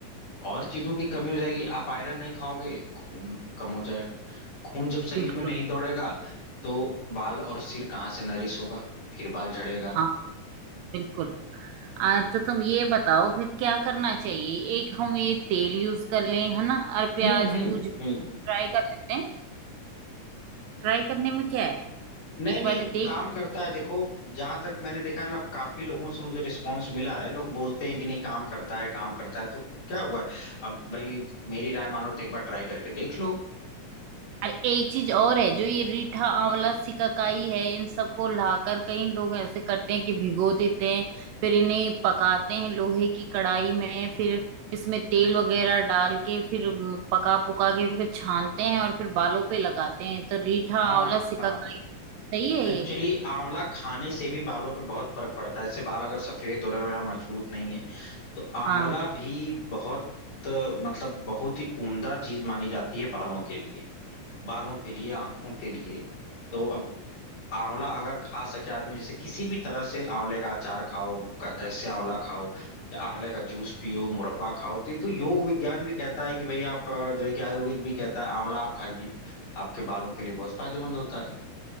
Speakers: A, on the left; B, on the right.
A: और चीजों की कमी हो जाएगी आप आयरन नहीं खाओगे खून कम हो जाएगा खून जब शरीर
B: बिल्कुल
A: में नहीं दौड़ेगा तो बाल और सिर कहाँ से नरिश होगा फिर बाल झड़ेगा
B: हाँ बिल्कुल आ, तो तुम ये बताओ फिर क्या करना चाहिए एक हम ये तेल यूज कर लें है ना और प्याज
A: हम्म हम्म
B: पूज ट्राई
A: हम्म
B: कर लेते हैं ट्राई करने में क्या है
A: नहीं
B: एक
A: नहीं
B: बार ये देख
A: काम करता है देखो जहां तक मैंने देखा है ना काफी लोगों से मुझे रिस्पांस मिला है लोग बोलते हैं कि नहीं काम करता है काम करता है तो क्या हुआ है अब भाई मेरी राय मानो तो एक बार ट्राई करके देख लो
B: और एक चीज और है जो ये रीठा आंवला सिकाकाई है इन सबको लाकर कई लोग ऐसे करते हैं कि भिगो देते हैं फिर इन्हें पकाते हैं लोहे की कढ़ाई में फिर इसमें तेल वगैरह डाल के फिर अम, पका पुका के फिर छानते हैं और फिर बालों पे लगाते हैं तो रीठा
A: हाँ
B: आंवला सिकाकाई
A: हाँ
B: सही है ये
A: एक्चुअली आंवला खाने से भी बालों पे बहुत फर्क पड़ता है जैसे बाल अगर सफेद हो रहे हो या मजबूत नहीं है तो आंवला
B: हाँ
A: भी बहुत अ, मतलब बहुत ही उम्दा चीज मानी जाती है बालों के लिए बालों के लिए आंखों के लिए तो अब आंवला अगर खा सके आदमी जैसे किसी भी तरह से आंवले का अचार खाओ क- ऐसे आंवला खाओ या आंवले का जूस पियो मुरब्बा खाओ तो ये तो योग विज्ञान भी कहता है कि भाई आप अ, जो है कि आयुर्वेद भी कहता है आंवला आप खाइए आपके बालों के लिए बहुत फायदेमंद होता है